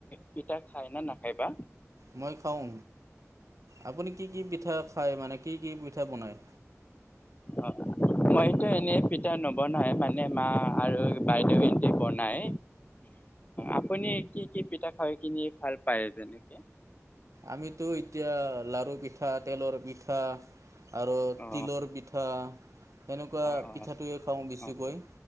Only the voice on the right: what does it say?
মই খাওঁ। আপুনি কি কি পিঠা খায় মানে কি কি পিঠা বনায়?
আমিতো এতিয়া লাৰু পিঠা তেলৰ পিঠা। আৰু
তিলৰ পিঠা সেনেকুৱা
পিঠাটোৱে খাওঁ বেছিকৈ।